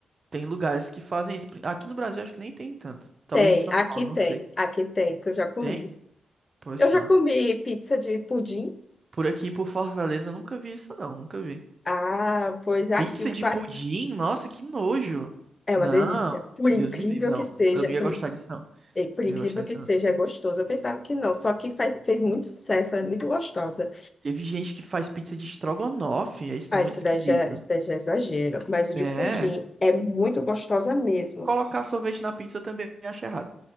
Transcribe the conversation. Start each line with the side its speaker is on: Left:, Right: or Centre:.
Right: tem lugares que fazem isso. Aqui no Brasil acho que nem tem tanto. Talvez
Left: Tem,
Right: em São
Left: aqui
Right: Paulo,
Left: tem,
Right: não sei.
Left: aqui tem, que eu já comi.
Right: Tem? Pois
Left: Eu
Right: pronto.
Left: já comi pizza de pudim.
Right: Por aqui, por Fortaleza, eu nunca vi isso não, nunca vi.
Left: Ah, pois aqui
Right: Pizza
Left: o fato
Right: de pudim? Nossa, que nojo.
Left: é
Right: Não,
Left: uma delícia. Por incrível
Right: Deus me livre. Não,
Left: que seja,
Right: eu não
Left: por
Right: ia gostar disso não.
Left: E, por
Right: Não
Left: incrível
Right: ia gostar
Left: que
Right: disso
Left: seja,
Right: não.
Left: é gostoso. Eu pensava que não, só que faz, fez muito sucesso, ela é muito gostosa.
Right: Teve gente que faz pizza de estrogonofe, é isso
Left: Ah,
Right: muito
Left: esse
Right: esquisito.
Left: daí já, esse daí já é exagero. Mas o de
Right: É,
Left: pudim é muito gostosa mesmo.
Right: colocar sorvete na pizza eu também acho errado.